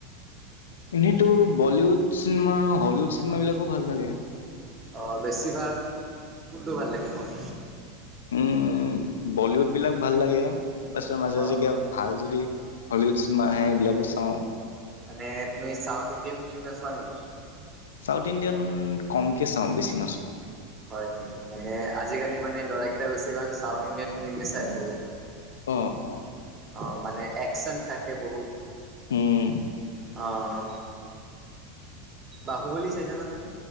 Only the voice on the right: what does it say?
অঁ, বেছিভাগ কোনটো ভাল লাগে তোমাৰ?
অ
মানে, তুমি চাউথ-ইণ্ডিয়ান ফিল্ম নোচোৱা নেকি?
হয় নেকি? মানে আজিকালি মানে ল'ৰা কেইটা বেছিভাগ চাউথ-ইণ্ডিয়ান ফিল্মে চাই বহুত।
অ' মানে একচন থাকে বহুত।
অঁ। বাহুবলী চাইছা নে তুমি?